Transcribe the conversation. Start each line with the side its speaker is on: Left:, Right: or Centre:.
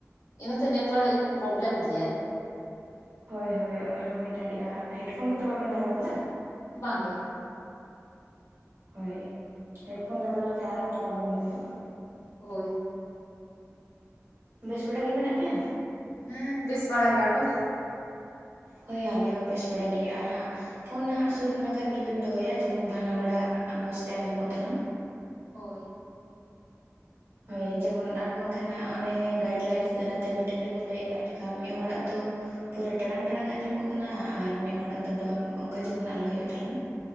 Left: ᱤᱱᱟᱹᱛᱮ ᱱᱮᱴᱣᱟᱨᱠ ᱮᱠᱴᱩ ᱯᱨᱚᱵᱞᱮᱢ ᱜᱮᱭᱟᱭ᱾
Right: ᱦᱳᱭ ᱦᱳᱭ ᱚᱱᱟ ᱦᱚᱸ ᱦᱩᱭ ᱫᱟᱲᱮᱭᱟᱜᱼᱟ᱾ ᱦᱮᱰᱯᱷᱳᱱ ᱠᱚᱫᱚ ᱵᱟᱵᱮᱱ ᱞᱟᱜᱟᱣ ᱟᱠᱟᱫᱟ?
Left: ᱵᱟᱝᱜᱮ᱾
Right: ᱦᱳᱭ ᱦᱮᱰᱯᱷᱳᱱ ᱞᱟᱜᱟᱣ ᱞᱮᱠᱟᱱᱡ ᱟᱨᱚ ᱦᱚᱸ ᱯᱨᱳᱚᱵᱞᱮᱢ ᱦᱩᱭᱩᱜᱼᱟ᱾
Left: ᱦᱳᱭ ᱦᱳᱭ
Right: ᱵᱮᱥ ᱵᱮᱲᱟ ᱜᱮ ᱢᱮᱱᱟᱜ ᱯᱮᱭᱟ?
Left: ᱦᱮᱸ ᱵᱮᱥ ᱵᱟᱲᱟ ᱜᱮ᱾ ᱟᱯᱮ?
Right: ᱦᱳᱭ ᱟᱞᱮ ᱦᱚᱸ ᱵᱮᱥ ᱵᱟᱲᱲᱟ ᱜᱮ ᱟᱨ ᱦᱟᱸᱜ ᱯᱷᱳᱱ ᱱᱟᱦᱟᱜ ᱥᱩᱨ ᱱᱟᱠᱷᱟ ᱨᱮᱜᱮᱵᱮᱱ ᱫᱚᱦᱚᱭᱟ ᱡᱮᱢᱚᱱ ᱵᱟᱱᱟ ᱦᱚᱲᱟᱜ ᱢᱚᱸᱡᱽ ᱛᱮ ᱟᱸᱡᱚᱢᱚᱜ ᱛᱟᱞᱟᱝ᱾
Left: ᱦᱳᱭ
Right: ᱦᱳᱭ ᱡᱮᱢᱚᱱ ᱟᱨ ᱵᱟᱝᱠᱷᱟᱱ ᱦᱟᱸᱜ ᱚᱱᱮ ᱜᱟᱭᱤᱰ ᱞᱟᱭᱤᱱᱥ ᱫᱟᱨᱟᱭᱛᱮ ᱢᱤᱴᱤᱝ ᱨᱮᱠᱚ ᱞᱟᱹᱭᱮᱫ ᱠᱟᱱ ᱞᱮᱠᱟ ᱢᱤᱫ ᱦᱚᱲᱟᱜ ᱫᱚ ᱯᱚᱨᱟᱹ ᱴᱟᱲᱟᱝ ᱴᱟᱲᱟᱝ ᱟᱸᱡᱚᱢᱚᱜ ᱠᱟᱱᱟ ᱟᱨ ᱢᱤᱫ ᱦᱚᱲᱟᱜ ᱫᱚ ᱵᱟᱝ ᱚᱱᱠᱟ ᱡᱮᱢᱚᱱ ᱟᱞᱚ ᱦᱩᱭᱩᱜ ᱛᱟᱞᱟᱝ